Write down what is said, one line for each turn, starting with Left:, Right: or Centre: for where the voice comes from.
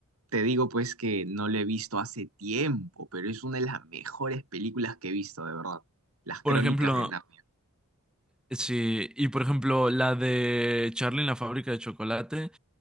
Right: te digo pues que no lo he visto hace tiempo, pero es una de las mejores películas que he visto, de verdad. Las Crónicas
Centre: Por ejemplo,
Right: de Narnia.
Centre: sí, y por ejemplo, la de Charlie en la fábrica de chocolate,